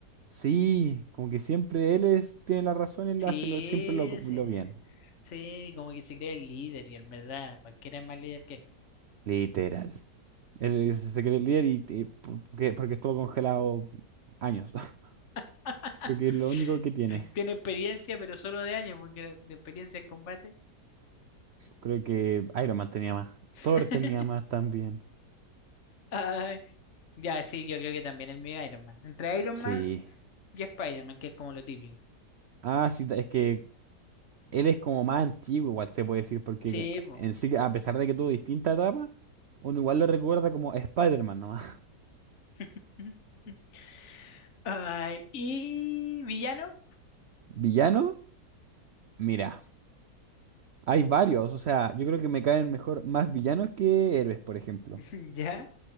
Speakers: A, on the right; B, on the left.
A: Sí, como que siempre él es, tiene la razón, él
B: Sí,
A: hace lo, siempre lo, lo
B: sí.
A: bien.
B: Sí, como que se cree el líder y en verdad, cualquiera es más líder que él.
A: Literal. Él es- se cree el líder y, y por- porque, porque estuvo congelado años. <laughs>
B: <laughs>
A: Creo que es lo único que tiene.
B: Tiene experiencia, pero solo de años, porque de experiencia en combate.
A: Creo que Iron Man tenía más.
B: <laughs>
A: Thor tenía más también.
B: Ay, ya, sí, yo creo que también el mío es Iron Man. Entre Iron
A: Sí.
B: Man y Spider-Man, que es como lo típico.
A: Ah, sí, es que él es como más antiguo, igual se puede decir, porque
B: Sí, po.
A: en sí, a pesar de que tuvo distintas etapas, uno igual lo recuerda como Spider-Man nomás.
B: <laughs> Ay, ¿y villano?
A: <laughs> Villano, mira. Hay varios, o sea, yo creo que me caen mejor más villanos que héroes, por ejemplo.
B: <laughs> Ya.